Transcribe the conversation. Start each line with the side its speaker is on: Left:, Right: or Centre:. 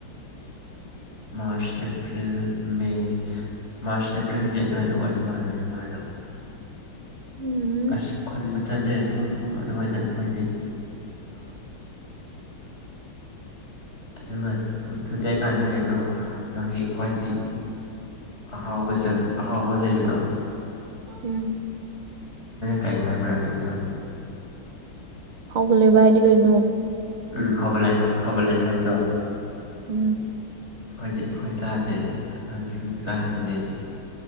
Right: <unintelligible>
Left: March April May March April May ꯑꯗꯨꯋꯥꯏꯗ ꯑꯣꯏꯕ ꯃꯥꯜꯂꯦ ꯃꯥꯥꯏꯗꯣ
Right: ꯎꯝ
Left: ꯑꯁ ꯈꯨꯟꯕ ꯆꯠꯂꯦ ꯄꯨꯡ ꯑꯍꯨꯝ ꯑꯗꯨꯋꯥꯏꯗ ꯑꯩꯈꯣꯏꯗꯤ
Right: <inaudible>
Left: ꯑꯗꯨꯒ ꯊꯨꯂꯛꯑ ꯀꯥꯟꯗ ꯀꯩꯅꯣ ꯃꯥꯒꯤ ꯈ꯭ꯋꯥꯏꯗꯒꯤ ꯑꯍꯥꯎꯕ ꯑꯍꯥꯎꯕ ꯂꯩꯕꯗꯣ
Right: ꯎꯝ
Left: ꯀꯩ ꯍꯥꯏꯕ꯭ꯔꯥ ꯑꯗꯨꯅꯤꯗꯣ
Right: ꯎꯂꯕ ꯍꯥꯏꯗꯤ ꯀꯔꯤꯩꯅꯣ
Left: ꯎꯝ ꯍꯕꯂ ꯍꯕ ꯂꯩ ꯍꯥꯏꯕꯗꯣ
Right: ꯎꯝ
Left: ꯑꯩꯈꯣꯏꯗꯤ ꯑꯩꯈꯣꯏ ꯆꯥꯗꯦ ꯑꯗ ꯍꯪꯁꯤꯡꯕꯨ ꯆꯥꯍꯟꯗꯦ